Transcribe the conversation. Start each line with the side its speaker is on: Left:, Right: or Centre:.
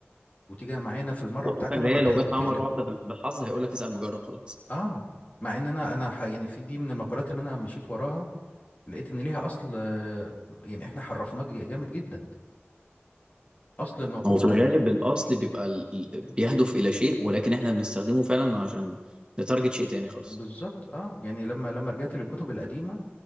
Left: وتيجي معانا في المرة
Right: وحضرتك
Left: بتاعتي انا
Right: ده
Left: ما
Right: هي
Left: تقلب
Right: لو جت معاه
Left: تقلب
Right: مره واحده بال- بالحظ هيقول لك اسال مجرب خلاص
Left: اه مع ان انا انا ح... يعني في دي من المقولات اللي انا مشيت وراها لقيت ان ليها اصل آه، يعني احنا حرفناه ج- جامد جدا اصل المقولة
Right: هو في الغالب الأصل بيبقى ال... ال- بيهدف إلى شيء ولكن إحنا بنستخدمه فعلا عشان نتارجت شيء تاني خالص
Left: بالظبط اه يعني لما لما رجعت للكتب القديمة